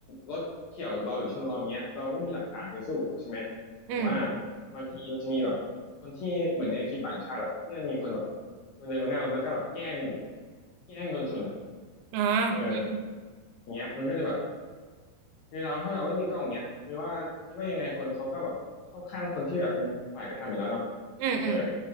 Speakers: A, on the left; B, on the right.
A: รถเฉี่ยวเราหรือชนเราอย่างเงี้ยเราไม่มีหลักฐานไปสู้กับเขาใช่ไหมหรือว่า
B: อืม
A: บางทีมันจะมีแบบคนที่เหมือนในคลิปต่างชาติอ่ะที่มันมีคนแบบมันเดินมาหน้ารถแล้วก็แบบแกล้งแกล้งโดนชนอ่ะ
B: อ่าอืม
A: เอออย่างเงี้ยมันก็จะแบบ คือเราถ้าเราไม่มีกล้องเนี้ยคือว่าคิดว่ายังไงคนเขาก็แบบเข้าข้างคนที่แบบเป็นฝ่ายกระทำอยู่แล้วเนาะ
B: อืมอืม
A: เออ